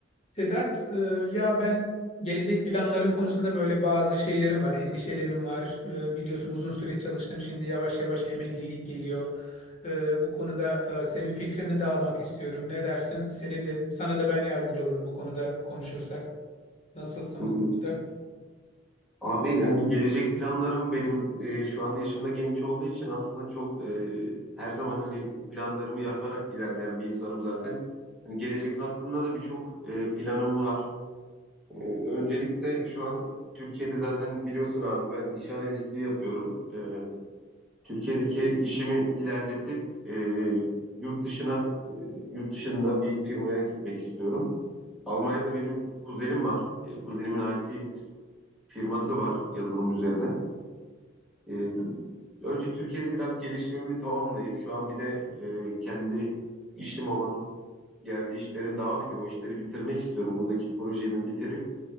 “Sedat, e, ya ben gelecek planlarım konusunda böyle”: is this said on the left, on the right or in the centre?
Left